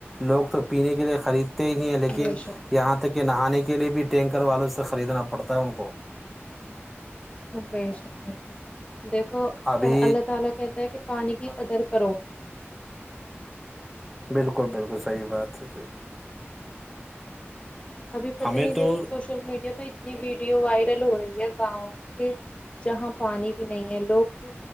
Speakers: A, in the centre; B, on the left.
A: لوگ تو پینے کے لیے خریدتے ہی ہیں لیکن
B: بے شک
A: یہاں تک کہ نہانے کے لیے بھی ٹینکر والوں سے خریدنا پڑتا ہے ان کو
B: بیش بیشر دیکھو
A: ابھی
B: اللہ تعالی کہتا ہے کہ پانی کی قدر کرو
A: بالکل بالکل صحی بات ہے جی
B: ابھی پتا
A: ہمیں
B: نہیں دیکھو
A: تو
B: سوشل میڈیا پہ اتنی ویڈیو وائرل ہو رہی ہے گاؤں کی کہ جہاں پانی بھی نہیں ہے لوگ